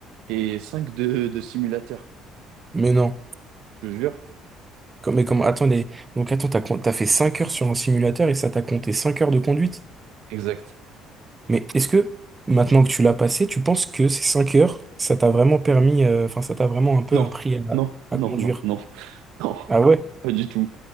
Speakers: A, on the right; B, on the right.
A: et 5 de, de simulateurs,
B: Mais non.
A: je te jure.
B: Comme, mais comme, attendez. Donc, attends, t'as, con- t'as fait 5 heures sur un simulateur et ça t'a compté 5 heures de conduite?
A: Exact.
B: Mais est-ce que, maintenant que tu l'as passé, tu penses que ces 5 heures, ça t'a vraiment permis, euh, enfin, ça t'a vraiment un peu
A: Non,
B: appris à,
A: non,
B: à
A: non,
B: conduire?
A: non, non, <laughs> non,
B: Ah ouais?
A: pas du tout.